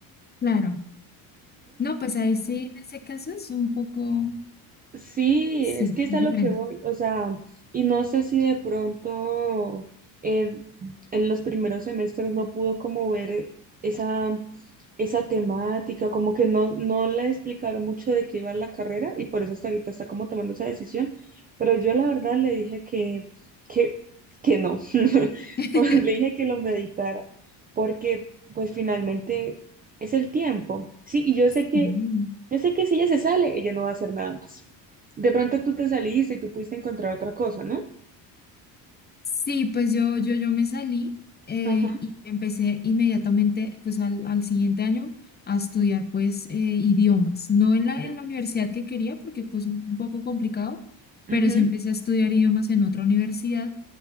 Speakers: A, on the left; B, on the right.
A: claro. No, pues ahí sí, en ese caso es un poco,
B: Sí,
A: sí,
B: es que es
A: es
B: a lo
A: diferente.
B: que voy, o sea, y no sé si de pronto eh, en los primeros semestres no pudo como ver esa, esa temática, como que no, no le explicaron mucho de qué iba la carrera y por eso hasta ahorita está como tomando esa decisión, pero yo la verdad le dije que, que, que no, <laughs>
A: <laughs>
B: o le dije que lo meditara, porque pues finalmente es el tiempo, sí, y yo sé que,
A: Sí.
B: yo sé que si ella se sale, ella no va a hacer nada más. De pronto tú te saliste y tú pudiste encontrar otra cosa, ¿no?
A: Sí, pues yo, yo, yo me salí eh,
B: Ajá,
A: y empecé inmediatamente, pues al, al siguiente año, a estudiar pues eh, idiomas. No en
B: ujú,
A: la, en la universidad que quería, porque pues un poco complicado, pero
B: ujú,
A: sí empecé a estudiar idiomas en otra universidad